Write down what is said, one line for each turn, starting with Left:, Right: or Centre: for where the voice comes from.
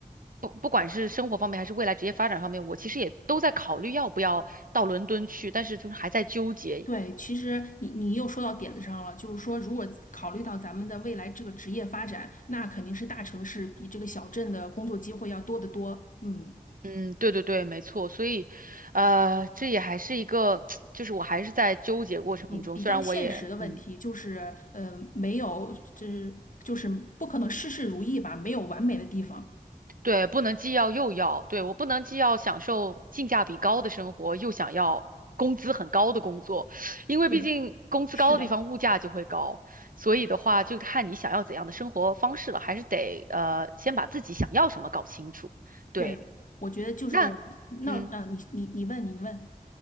Right: 不不管是生活方面还是未来职业发展方面，我其实也都在考虑要不要到伦敦去，但是就是还在纠结。
Left: 对，其实你你又说到点子上了，就是说，如果考虑到咱们的未来这个职业发展，那肯定是大城市比这个小镇的工作机会要多得多。嗯，
Right: 嗯，对对对，没错，所以，呃，这也还是一个，<tsk> 就是我还是在纠结过程中，
Left: 比比较现实的问题就是，
Right: 虽然我也嗯。
Left: 呃，没有，就是就是不可能事事如意吧，没有完美的地方。
Right: 对，不能既要又要，对，我不能既要享受性价比高的生活，又想要工资很高的工作，因为毕竟工资高的地方物价就会高，
Left: 对，是的，
Right: 所以的话就看你想要怎样的生活方式了，还是得呃先把自己想要什么搞清楚。对，
Left: 对，我觉得就是，
Right: 那
Left: 那，
Right: 嗯，
Left: 那、你你你问你问。